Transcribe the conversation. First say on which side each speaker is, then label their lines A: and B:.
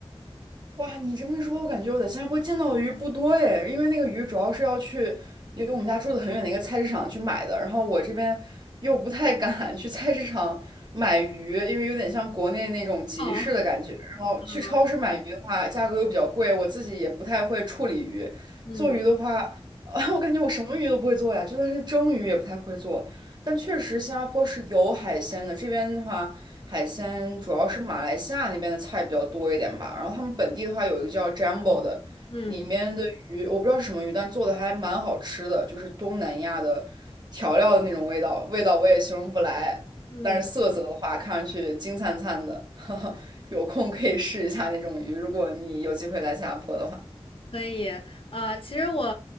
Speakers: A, on the right; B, on the left.
A: 哇，你这么一说，我感觉我在新加坡见到的鱼不多哎，因为那个鱼主要是要去离我们家住的很远的一个菜市场去买的，然后我这边又不太敢 <laughs> 去菜市场买鱼，因为有点像国内那种集市的感觉。
B: 哦，
A: 然后去超市买鱼的话，
B: 嗯
A: 价格又比较贵，我自己也不太会处理鱼。
B: 嗯
A: 做鱼的话，<laughs> 啊，我感觉我什么鱼都不会做呀，就算是蒸鱼也不太会做。但确实新加坡是有海鲜的，这边的话。海鲜主要是马来西亚那边的菜比较多一点吧。然后他们本地的话有一个叫 Jumbo 的，
B: 嗯。
A: 里面的鱼我不知道是什么鱼，但做的还蛮好吃的，就是东南亚的调料的那种味道，味道我也形容不来。
B: 嗯
A: 但是色泽的话，看上去金灿灿的，<laughs> 有空可以试一下那种鱼，如果你有机会来新加坡的话。
B: 可以，啊，其实我